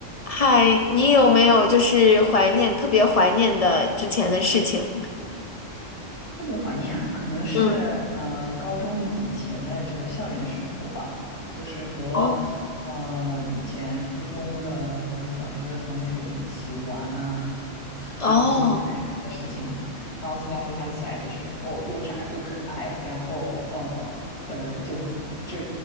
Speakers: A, on the left (about 45°); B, on the left (about 70°).
A: 嗨，你有没有就是怀念，特别怀念的之前的事情？
B: 特别怀念啊，可能是呃高中以前的这个校园生活吧，
A: 嗯，
B: 就是和
A: 哦
B: 呃以前初中的或者小学的同学一起玩啊，<laughs>
A: 哦，
B: 然后做一些傻的事情，然后现在回想起来就是哦又傻又可爱，然后呃可能就不就